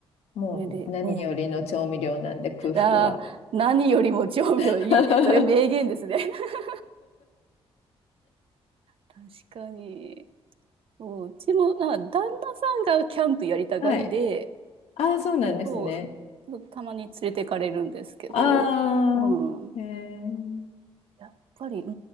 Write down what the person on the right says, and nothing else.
それで、うん。ああ、何よりも調味料いい。
それ名言ですね。<laughs> 確かに。そううちも、なんか旦那さんがキャンプやりたがりで、
そう、そうたまに連れてかれるんですけど、
うん。
やっぱり、う